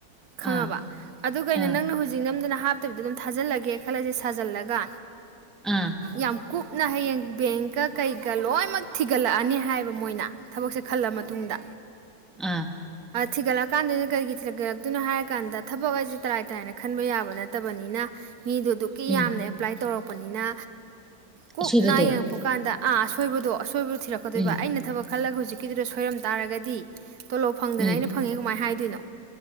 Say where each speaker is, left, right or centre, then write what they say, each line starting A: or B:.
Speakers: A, on the right; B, in the centre.
A: ꯈꯪꯉꯕ
B: ꯑꯥ
A: ꯑꯗꯨ ꯀꯩꯅꯣ
B: ꯑꯥ
A: ꯅꯪꯅ ꯍꯧꯖꯤꯛ ꯅꯝꯗꯅ ꯍꯥꯞꯇꯕꯤꯗ ꯑꯗꯨꯝ ꯊꯥꯖꯜꯂꯒꯦ ꯈꯜꯂꯖꯦ ꯁꯥꯖꯜꯂꯒ
B: ꯑꯥ
A: ꯌꯥꯝ ꯀꯨꯞꯅ ꯍꯌꯦꯡ ꯕꯦꯡꯀꯥ ꯀꯩ ꯒ ꯂꯣꯏꯃꯛ ꯊꯤꯒꯠꯂꯛꯑꯅꯤ ꯍꯥꯏꯕ ꯃꯣꯏꯅ ꯊꯕꯛꯁꯦ ꯈꯜꯂ ꯃꯇꯨꯡꯗ
B: ꯎꯝ
A: ꯊꯤꯒꯠꯂꯛꯀꯥꯟꯗꯨꯗ ꯀꯔꯤꯒꯤ ꯊꯤꯂꯒꯠꯂꯛꯇꯣꯏꯅꯣ ꯍꯥꯏꯔ ꯀꯥꯟꯗ ꯊꯕꯛ ꯑꯁꯦ ꯇꯔꯥꯏ ꯇꯔꯥꯏꯅ ꯈꯟꯕ ꯌꯥꯕ ꯅꯠꯇꯕꯅꯤꯅ ꯃꯤꯗꯨ ꯑꯗꯨꯛꯀꯤ
B: ꯎꯝ
A: ꯌꯥꯝꯅ ꯑꯦꯄ꯭ꯂꯥꯏ ꯇꯧꯔꯛ- ꯄꯅꯤꯅ ꯀꯨꯞꯅ
B: ꯑꯁꯣꯏꯕꯗꯣ
A: ꯌꯦꯡꯉꯛꯄ ꯀꯥꯟꯗ ꯑꯥ ꯑꯁꯣꯏꯕꯗꯣ ꯑꯁꯣꯏꯕꯗ ꯊꯤꯔꯛꯀꯗꯣꯏꯕ
B: ꯎꯝ
A: ꯑꯩꯅ ꯊꯕꯛ ꯈꯜꯂꯒ ꯍꯧꯖꯤꯛꯀꯤꯗꯨꯗ ꯁꯣꯏꯔꯝ ꯇꯥꯔꯒꯗꯤ ꯇꯣꯂꯣ ꯐꯪꯗꯅ
B: ꯎꯝ
A: ꯑꯩꯅ ꯐꯉꯦꯃꯥꯏ ꯍꯥꯏꯦ ꯇꯅꯣ